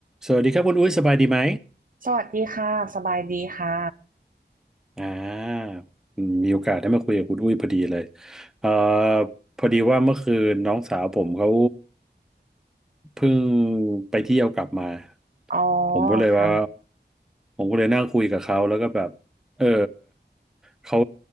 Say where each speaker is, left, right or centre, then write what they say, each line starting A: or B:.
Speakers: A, in the centre; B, on the right (about 50°).
A: สวัสดีครับคุณอุ้ยสบายดีไหม
B: สวัสดีค่ะสบายดีค่ะ
A: อ่าอืมมีโอกาสได้มาคุยกับคุณอุ้ยพอดีเลย เอ่อ พอดีว่าเมื่อคืนน้องสาวผมเขาเพิ่งไปเที่ยวกลับมา
B: อ๋อ
A: ผมก็เลยว่า
B: ค่ะ
A: ผมก็เลยนั่งคุยกับเขาแล้วก็แบบเออเขา